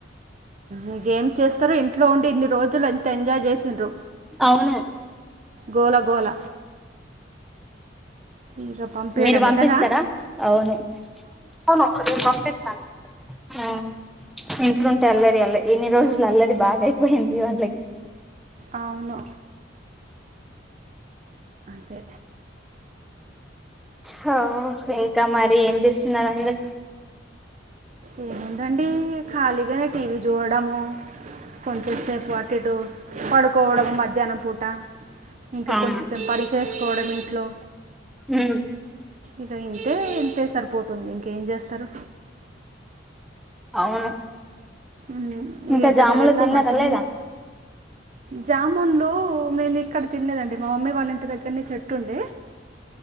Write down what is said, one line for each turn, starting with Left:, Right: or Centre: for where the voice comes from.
Right: ఇ గేమ్ చేస్తారు ఇంట్లో ఉండి ఇన్ని రోజులై ఎంజాయ్ చేసిన్రు
Centre: అవును
Right: గోల గోల ఇక పంపించడమే
Centre: మీరు పంపిస్తరా
Right: కదా
Centre: అవును అవును పంపిస్తాను ఆవును ఇంట్లుంటే అల్లరి అల్ల ఇన్ని రోజులు అల్లరి బాగా అయిపోయిందిగా
Right: అవును తె
Centre: హో ఇంకా మరి ఏం చేస్తున్నారు అండి
Right: ఏముందండి ఖాళీగానే టీవీ చూడడము కొంచెం సేపు అటు ఇటు పడుకోవడము మధ్యాహ్నం పూట ఇంకా
Centre: అవును
Right: కొంచెంసేపు పని చేసుకోవడం ఇంట్లో
Centre: ఉమ్
Right: ఇక ఇంతే ఇంతే సరిపోతుంది ఇంకేం చేస్తారు
Centre: అవును
Right: ంహు ఇగ
Centre: ఇంకా
Right: ఎటైనా
Centre: జాములు
Right: వెళ్దామంటే
Centre: తిన్నారా
Right: నేమో
Centre: లేదా
Right: జామున్లు మేను ఇక్కడ తినలేదండి మా మమ్మీ వాళ్ళ ఇంటి దగ్గరనే చెట్టుండె